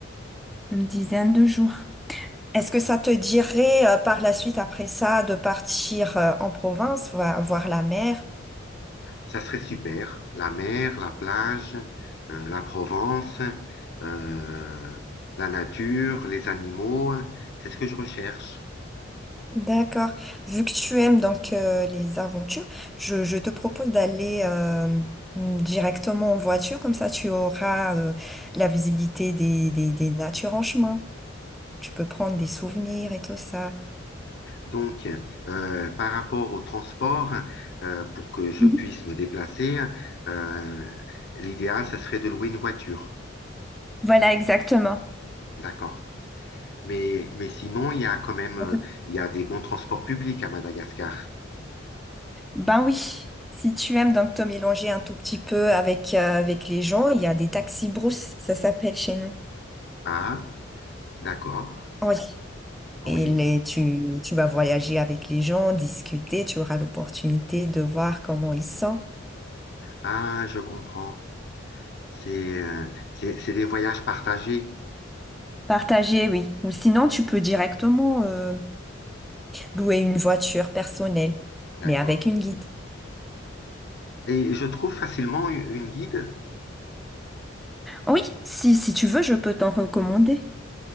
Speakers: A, in the centre; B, on the left.
A: Une dizaine de jours. Est-ce que ça te dirait euh, par la suite, après ça, de partir euh, en province, voir, voir la mer?
B: ça serait super. La mer, la plage, euh, la Provence, euh, la nature, les animaux, c'est ce que je recherche.
A: D'accord. Vu que tu aimes donc euh, les aventures, je, je te propose d'aller euh, mm, directement en voiture, comme ça tu auras euh, la visibilité des, des, des natures en chemin. Tu peux prendre des souvenirs et tout ça.
B: Donc, euh, par rapport au transport, euh, pour que je
A: Mhm.
B: puisse me déplacer, euh, l'idéal, ça serait de louer une voiture.
A: Voilà, exactement.
B: D'accord. Mais, mais sinon, il y a quand même, euh,
A: À tout-
B: il y a des bons transports publics à Madagascar.
A: Ben oui. Si tu aimes donc te mélanger un tout petit peu avec, euh, avec les gens, il y a des taxis brousse, ça s'appelle chez nous.
B: Ah, d'accord.
A: Oui.
B: Oui.
A: Et les- tu, tu vas voyager avec les gens, discuter, tu auras l'opportunité de voir comment ils sont.
B: Ah, je comprends. C'est, euh, c'est, c'est des voyages partagés.
A: Partager, oui. Ou sinon, tu peux directement euh, louer une voiture personnelle,
B: D'accord.
A: mais avec une guide.
B: Et je trouve facilement u- une guide.
A: Ah Oui, si, si tu veux, je peux t'en recommander